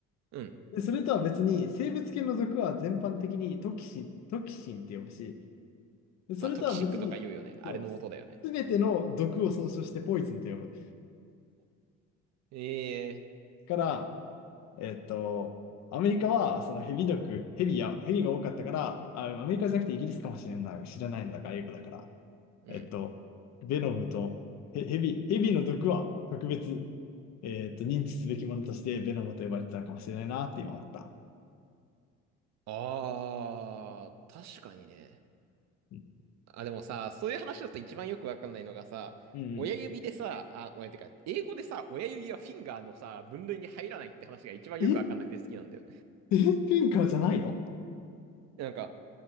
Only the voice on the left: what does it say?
で、それとは別に生物系の毒は全般的にトキシン、トキシンって呼ぶし、でそれとは別に、
そう、すすべての毒を総称してポイズンと呼ぶ。
から、えっと、アメリカはそのヘビ毒、ヘビや、ヘビが多かったから、あ、アメリカじゃなくてイギリスかもしれない、知らないんだが、英語だから。
えっと、ベノムとヘ、ヘビ、ヘビの毒は特別、えっと、認知すべきものとしてベノムと呼ばれてたのかもしれないなって今思った。
うん。
うん
うん。ええフィンカーじゃないの